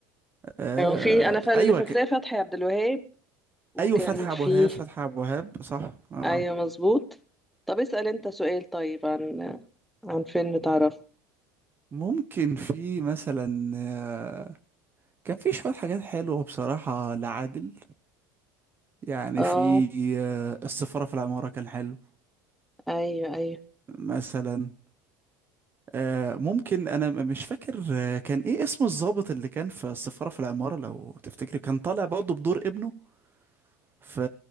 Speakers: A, on the right; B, in the centre.
A: آه
B: ايوه في انا فا- اللي
A: ايوه
B: فاكراه
A: ك...
B: فتحي عبد الوهاب وكان
A: ايوه فتحي
B: في
A: ابو وهاب فتحي ابو وهاب صح اه آه.
B: ايوه مظبوط طب اسأل انت سؤال طيب عن عن فيلم تعرفه
A: ممكن في مثلا آه كان في شوية حاجات حلوة بصراحة لعادل يعني
B: اه
A: في آه السفارة في العمارة كان حلو
B: ايوه ايوه
A: مثلا آه ممكن انا م- مش فاكر آه كان ايه اسم الضابط اللي كان في السفارة في العمارة لو تفتكري كان طالع برضه بدور ابنه في